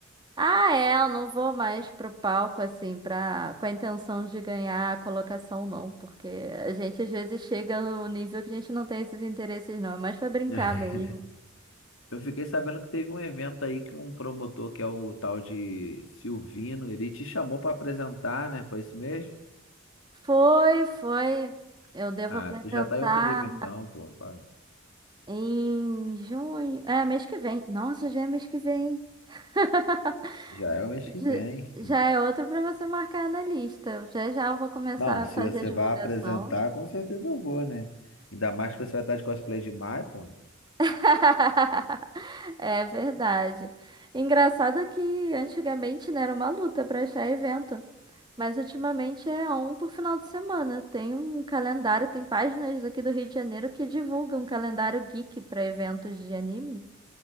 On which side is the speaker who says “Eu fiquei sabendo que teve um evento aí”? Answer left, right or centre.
Left